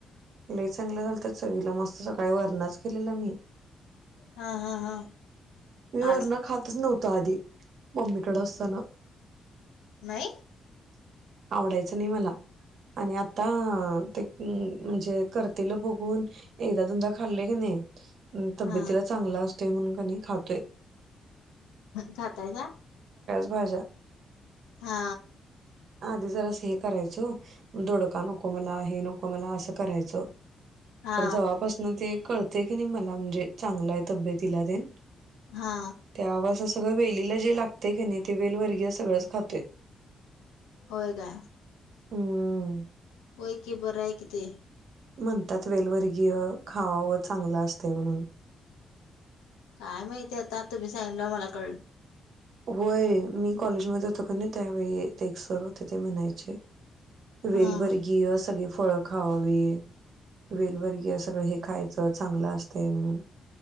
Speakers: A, on the right; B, on the left.
A: ल चांगलं झालत चवीला मस्त सकाळी वरणाच केलेला मी
B: हा हा हा.
A: मी वरण
B: आज
A: खातच नव्हत आधी मम्मीकड असताना
B: नाही.
A: आवडायचं नाही मला आणि आता ते हम् म्हणजे करतेलं बघून एकदा दुनदा खाल्ले की नाही. तब्यतीला
B: हा
A: चांगला असतोय म्हणून क खातोय.
B: खाताय का?
A: हिफाजात.
B: हा.
A: आधी जर असं हे करायचो दधोडका नको मला हे नको मला असं करायचं.
B: हा
A: तर जवळपासन ते कळते की नाही मला म्हणजे चांगलाय तब्येतला देन
B: हा
A: त्यावर सगळं वेलीला जे लागते कणी ते वेलवर्गीय सगळंच खाते.
B: होय काय.
A: हम.
B: होय की बर आहे ते
A: म्हणतात वेलवर्गीय खावा व चांगलं असत म्हणून
B: काय माहितीय आता तुम्ही सांगितल्यावर मला कळलं.
A: होय मी कॉलेजमध्ये होतो कणी त्यावेळी एक सर होते ते म्हणायचे. वेलवर्गीय
B: हा
A: सगळी फळ खावावी. वेलवर्गीय सगळं हे खायचं चांगलं असतं म्हणून